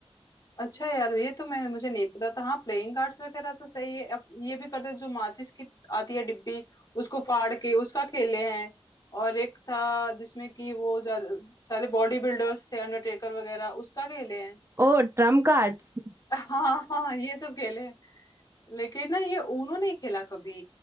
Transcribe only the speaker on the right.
ओ ट्रम्प कार्ड्स